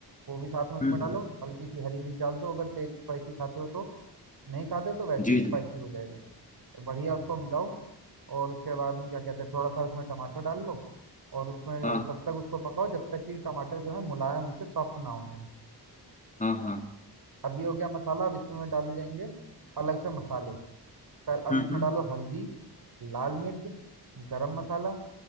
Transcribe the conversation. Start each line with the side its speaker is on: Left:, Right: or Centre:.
Right: वो भी साथ में उसमें
Left: हम्म
Right: डालो
Left: हम्म
Right: हल्की सी हरी मिर्च डाल दो अगर तेज स्पाइसी खाते हो तो नहीं खाते हो तो वैसे
Left: जी
Right: ही
Left: जी
Right: स्पाइसी हो जाएगा तो बढ़िया उसको मिलाओ और उसके बाद में क्या कहते हैं थोड़ा सा उसमें टमाटर डाल लो और उसमें
Left: हाँ
Right: तब तक उसको पकाओ जब तक कि टमाटर जो है मुलायम होकर सॉफ्ट ना हो जाए
Left: हाँ हाँ
Right: अब ये हो गया मसाला अब इसमें डाले जाएंगे अलग से मसाले पर अब
Left: हम्म
Right: इसमें
Left: हम्म
Right: डालो हल्दी लाल मिर्च गरम मसाला